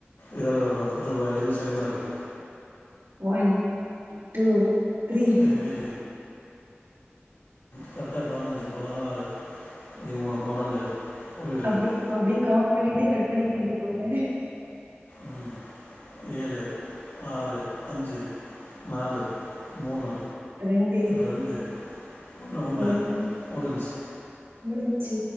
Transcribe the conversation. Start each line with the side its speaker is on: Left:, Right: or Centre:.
Left: இருவ ப பத் இருவது செகண்ட் தா இருக்கு
Right: ஒன் டூ த்ரீ
Left: எண்ணிகிட்டே கரட்டா பதினஞ்சு பதினாலு பதிமூணு பன்னெண்டு ஓடிட்டு இருக்குது
Right: அப்டி அப்டியே கவுண்ட் பண்ணிட்டே கட் பண்ணிருவீங்க போல
Left: ம் ஏழு ஆறு அஞ்சு நாலு மூணு
Right: ரெண்டு
Left: ரெண்டு ஒண்ணு ஒண்ணு
Right: ஒன்னு
Left: முடிஞ்ச்சு
Right: முடிஞ்ச்சு